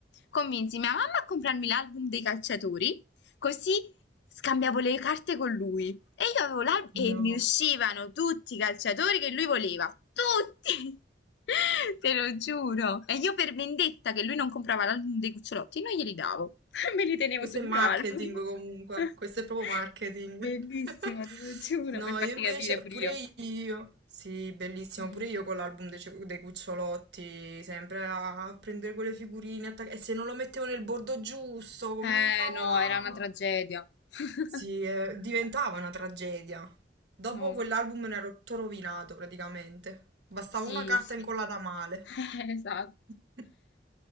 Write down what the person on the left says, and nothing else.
convinsi mia mamma a comprarmi l'album dei calciatori, così Scambiavo le carte con lui e io avevo l'albo
e mi uscivano tutti i calciatori che lui voleva, tutti! <laughs> Te lo giuro. E io per vendetta che lui non comprava l'album dei cucciolotti, non glieli davo. <laughs> Me li tenevo
sul
mio
album.
<laughs>
Bellissimo,
te lo giuro,
per farti
capire pure
io.
Mm.
Eh
no, era una tragedia. <laughs>
No,
sì,
sì.
<laughs> Esatto.